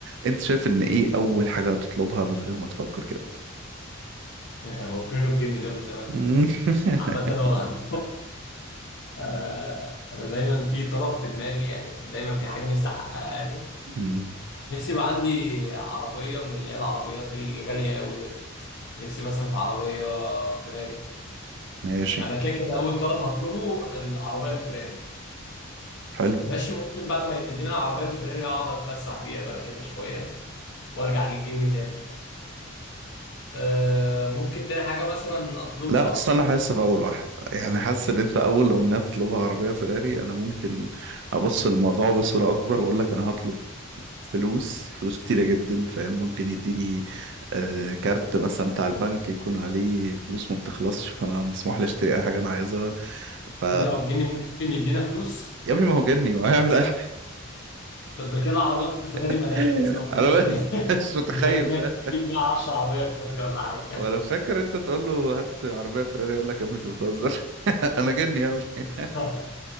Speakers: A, on the right (about 60°); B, on the left (about 60°).
A: انت شايف ان ايه اول حاجة هتطلبها من غير ما تفكر كده
B: <laughs> هو فين الجن ده من زمان
A: <laughs>
B: عامة هو <laughs> آه، أنا دايما في طلب في دماغي يعني دايما في حاجة نفسي أحققها يعني
A: مم.
B: نفسي يبقى عندي عربية من اللي هي العربيات الغالية أوي ديت نفسي مثلا في عربية فيراري
A: ماشي
B: يعني أنا كده كده أول طلب هطلبه العربية الفيراري
A: حلو
B: ماشي ممكن بعد ما يدينا العربية الفيراري أقعد أتفسح بيها بقى كده شوية وأرجع للجن تاني آه، ممكن تاني حاجة مثلا أطلبها
A: لا أصل أنا حاسس في أول واحد يعني حاسس إن أنت أول أمنية تطلبها عربية فيراري أنا ممكن أبص الموضوع بصورة أكبر وأقول لك أنا هطلب فلوس فلوس كتيرة جدا فاهم ممكن يديني آه كارت مثلا بتاع البنك يكون عليه فلوس ما بتخلصش فأنا مسموح لي أشتري أي حاجة أنا عايزها ف
B: تاني هو الجن ممكن يدينا فلوس
A: يا ابني ما هو جني ما هو هيعمل أي حاجة
B: طب ده كده العربية الفراري
A: <laughs>
B: ملهاش لازمة ممكن
A: أنا
B: يدي <laughs>
A: مش متخيل
B: مليار جنيه
A: فاهم
B: يجيب بيها 10 عربية فراري ولا حاجة
A: وأنا فاكر أنت تقول له هات عربية فيراري يقول لك يا ابني أنت بتهزر <laughs> أنا جني يا ابني
B: <laughs>